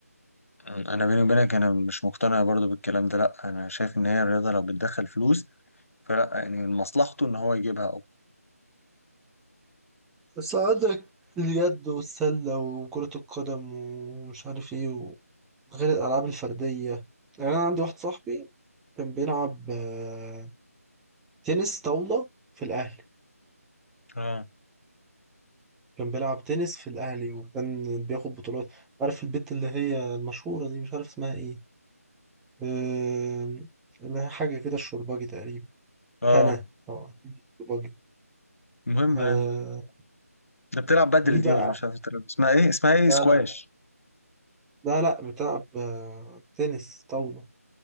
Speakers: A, on the left; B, in the centre.
A: انا بيني وبينك انا مش مقتنع برضه بالكلام ده لا انا شايف ان هي الرياضه لو بتدخل فلوس فلا يعني من مصلحته ان هو يجيبها أو.
B: بس عندك اليد والسلة وكرة القدم ومش عارف ايه غير الألعاب الفردية يعني أنا عندي واحد صاحبي كان بيلعب آه، تنس طاولة في الأهلي
A: اه
B: كان بيلعب تنس في الأهلي وكان بياخد بطولات عارف البت اللي هي المشهورة دي مش عارف اسمها ايه آم، اللي هي حاجة كده الشرباجي تقريبا
A: اه
B: هنا طبعا الشرباجي
A: المهم
B: آه،
A: يعني ده بتلعب بدل
B: دي
A: دي
B: بقى
A: ولا مش عارف بتلعب اسمها ايه اسمها ايه سكواش
B: لا لا لا لا بتلعب آه، تنس طاولة